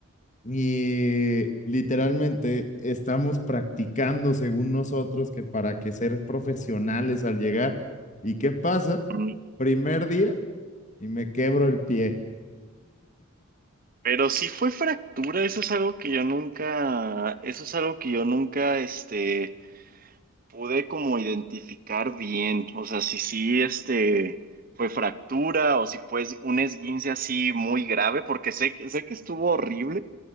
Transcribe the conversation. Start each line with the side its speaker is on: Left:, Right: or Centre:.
Left: y literalmente estamos practicando según nosotros que para que ser profesionales al llegar. ¿Y qué pasa?
Right: Mm.
Left: Primer día y me quebro el pie.
Right: Pero sí fue fractura, eso es algo que yo nunca, eso es algo que yo nunca, este, pude como identificar bien, o sea, si sí, este, fue fractura o si fue es- un esguince así muy grave, porque sé, que- sé que estuvo horrible,